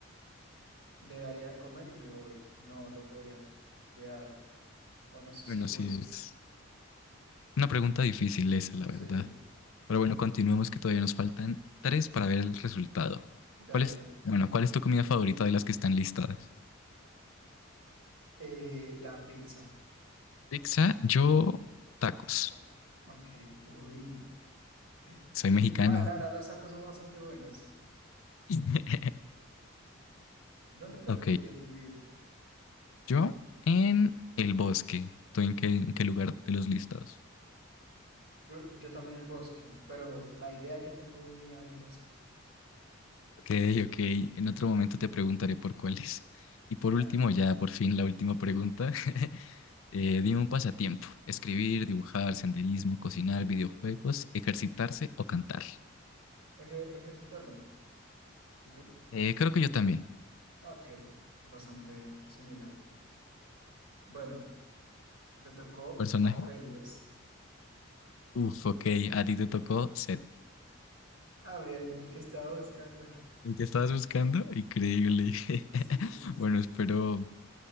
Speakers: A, on the right; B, on the left.
A: le daría de comer y me voy. No lo podría cuidar o no estoy
B: Bueno,
A: seguro.
B: sí, es una pregunta difícil esa, la
A: Sí,
B: verdad.
A: sí.
B: Pero bueno, continuemos que todavía nos faltan tres para ver el resultado.
A: Dale,
B: ¿Cuál es,
A: dale.
B: bueno, cuál es tu comida favorita de las que están listadas?
A: Eh, la pizza.
B: Pizza, yo, tacos.
A: O- Ok, uy. eh,
B: Soy mexicano.
A: Va, La verdad, los tacos son bastante buenos.
B: <laughs>
A: ¿Dónde preferirías
B: Ok,
A: vivir?
B: Yo en el bosque. ¿Tú en qué, en qué lugar
A: Uf,
B: de los listados?
A: yo, yo también el bosque, pero la idea que tengo mía del bosque.
B: Ok, ok. En otro momento te preguntaré por cuáles. Y por
A: <laughs>
B: último, ya por fin la última pregunta. <laughs> Eh, dime un pasatiempo. Escribir, dibujar, senderismo, cocinar, videojuegos, ejercitarse o cantar.
A: Eje- ejercitarme. ¿Y tú?
B: Eh, creo que yo también.
A: Ok, bastante similar. Bueno, te tocó
B: Personaje.
A: a Felios.
B: Oh. Uf, ok. A ti te tocó Seth.
A: Ah, bien, el que estaba buscando. <laughs>
B: ¿El que estabas buscando? Increíble. <laughs>
A: Sí, sí, sí.
B: Bueno, espero